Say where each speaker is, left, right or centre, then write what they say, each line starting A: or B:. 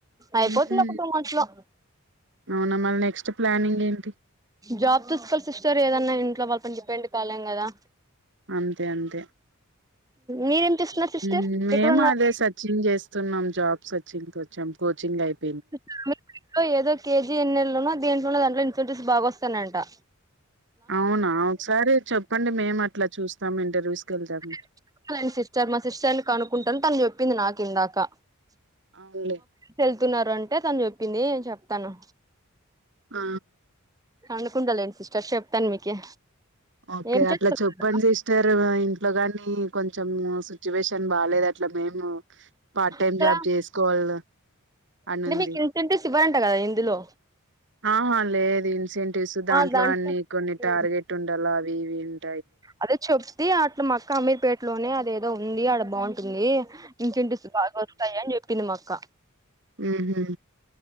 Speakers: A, on the right (about 15°); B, on the right (about 55°).
A: అయిపోతుందొక
B: మ్హూ
A: టూ మంత్స్ లో.
B: అవునా మళ్ళ నెక్స్ట్ ప్లానింగ్ ఏంటి?
A: జాబ్ చూస్కోవాలి సిస్టర్ ఏదన్నా, ఇంట్లో వాళ్ళ పైన డిపెండ్ కాలేం కదా!
B: అంతే అంతే.
A: మీరేం చేస్తున్నారు సిస్టర్
B: ఉమ్, మేము
A: ఎక్కడున్నారు
B: అదే సర్చింగ్ చేస్ స్తున్నాం జాబ్ సర్చింగ్ కొచ్చాం, కోచింగయిప్
A: <unintelligible> ఏదో కే జీ ఎన్ ఎళ్లనో దెంట్లనో దాంట్ల, ఇన్సెంటివ్స్ బాగా వస్తానయంటా!
B: అవునా! ఒకసారి చెప్పండి మేమట్లా చూస్ తం, ఇంటర్వ్యూస్
A: <unintelligible>
B: కి వెళ్తాం
A: లేండి సిస్టర్, మా సిస్టర్నీ కనుకుంటను తను చెప్ ప్పింది నాకిందాకా. <unintelligible>
B: అవునులే
A: చెప్తున్నారు అంటే తను చెప్పింది నే చెప్తాను.
B: ఆ
A: అనుకుంటాలేండి సిస్టర్ చెప్తాను మీకి
B: ఓకే
A: ఏం చేస్తున్నారు
B: అట్లా చెప్పండి సిస్టర్ ఇంట్లో కాని కొంచెం సిట్యువేషన్ బాగాలేదు అట్లా మేము పార్ట్ టైమ్
A: ఇక్కడ
B: జాబ్ చేసుకోవాల అని
A: అంటే
B: ఉంది.
A: మీకు ఇన్సెంటివ్స్ ఇవ్వరంట కదా ఇందులో
B: ఆహా లేదు ఇన్సె దాంట్లో
A: ఆ
B: అన్ని కొన్ని
A: హ్మ్
B: టార్గెట్ ఉండాల అవి పవ
A: అదే చెప్తే అట్ల మక్క అమీర్ పేటలోనే అదే ఏదో ఉంది అడ బాగుంటుంది ఇంకేంటి బాగా వస్తాయి అని చెప్పింది మక్క
B: హుహు